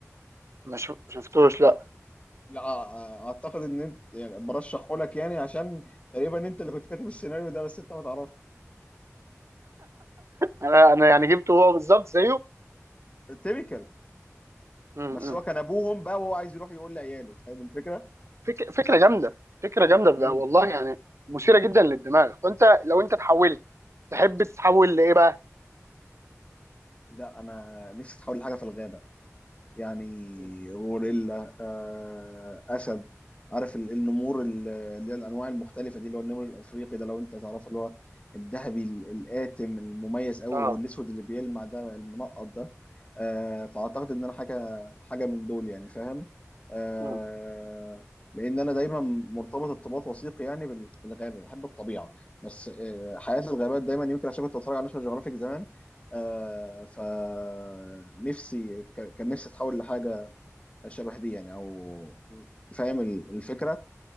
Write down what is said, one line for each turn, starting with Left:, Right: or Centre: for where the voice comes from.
Right: ما شف- شفتوش لا
Left: أ- لا آه، أعتقد إن أنت يعني برشحه لك يعني عشان تقريبا أنت اللي كنت كاتب السيناريو ده بس أنت ما تعرفش
Right: انا انا يعني جبته هو بالظبط زيه
Left: تيبيكال
Right: م- م.
Left: بس هو كان أبوهم بقى وهو عايز يروح يقول لعياله فاهم الفكرة؟
Right: فك... فكره جامده فكره جامده بقى
Left: امم
Right: والله يعني مثيره جدا للدماغ فانت لو انت اتحولت تحب تتحول لايه بقى
Left: لا أنا نفسي أتحول لحاجة في الغابة يعني
Right: مم.
Left: غوريلا آه، اسد عارف ال- النمور ال- اللي هي الانواع المختلفه دي اللي هو النمر الافريقي ده لو انت تعرفه اللي هو الذهبي ال- القاتم المميز قوي
Right: اه
Left: والاسود اللي بيلمع ده المنقط ده آه، فاعتقد ان انا حاجه حاجه من دول يعني فاهم آه،
Right: مم.
Left: لان انا دايما مرتبط ارتباط وثيق يعني بالغابه بحب الطبيعه بس آه، حياه الغابات دايما يمكن عشان كنت بتفرج على ناشونال جيوغرافيك زمان آه، فنفسي ك- كان نفسي اتحول لحاجه شبه دي يعني او فاهم ال- الفكره